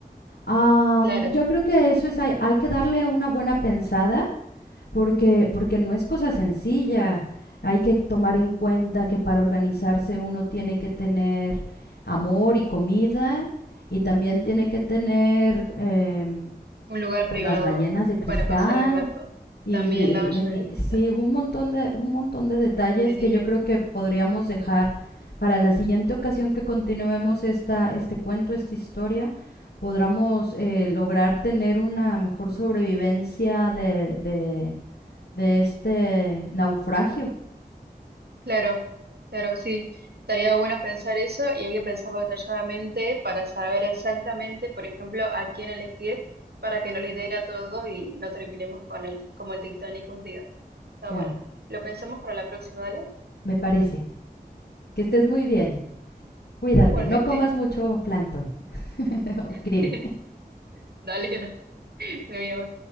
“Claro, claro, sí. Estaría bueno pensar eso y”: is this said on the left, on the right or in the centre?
Right